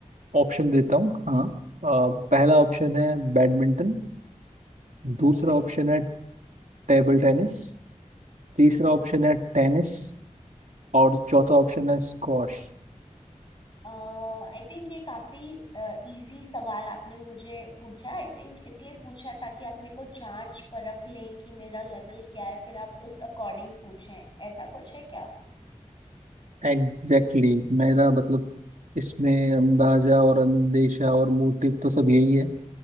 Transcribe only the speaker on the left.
ओके
आई थिंक ये काफी इजी सवाल आपने मुझे पूछा आई थिंक इसलिए पूछा है ताकि आप मेरे को जांच परख लें कि मेरा लेवल क्या है फिर आप उस अकॉर्डिंग पूछें ऐसा कुछ है क्या